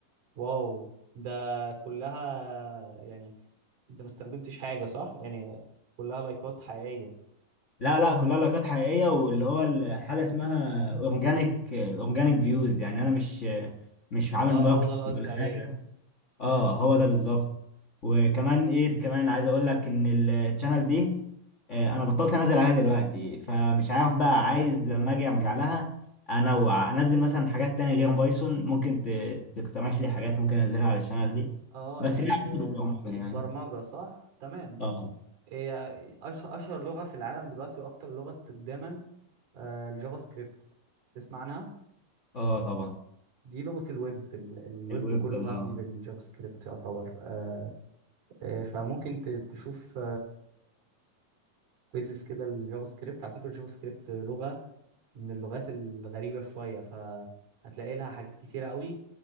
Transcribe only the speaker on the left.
لا لا كلها لايكات حقيقية واللي هو ال- حاجة اسمها اورجانيك اورجانيك فيوز يعني انا مش مش عامل
ماركتنج
ولا
حاجة اه هو ده بالظبط وكمان ايه كمان عايز اقول لك ان الشانل دي آه، انا بطلت انزل عليها دلوقتي فمش عارف بقى عايز لما اجي ارجع لها انوع انزل مثلا حاجات تانية غير بايثون ممكن ت- تقترح لي حاجات ممكن انزلها على الشانل دي
بس
ليه علاقة بالبرمجة يعني
اه
اه طبعا
الويب
بقى